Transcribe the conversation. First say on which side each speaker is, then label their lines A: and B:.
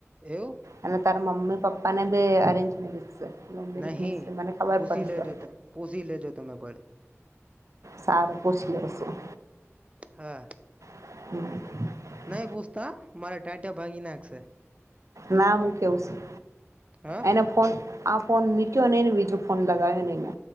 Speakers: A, on the right (about 25°); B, on the right (about 85°).
A: એવું
B: અને તારા મમ્મી પપ્પા ને બી અરેન્જ મેરેજ છે લવ મેરેજ
A: નહી
B: છે મને ખબર
A: પોસી
B: પડશે
A: લેજો પોસી લેજો તમે ભળે
B: સારું પૂછી લેવ છું.
A: હા
B: હમ
A: નય પૂછતા મારા ટાંટ્યા ભાંગી નાખશે
B: ના હું કેવું છું
A: હા
B: એને ફોન આ ફોન મનીક્યો નહી ને બીજો ફોન લગાવ્યો એને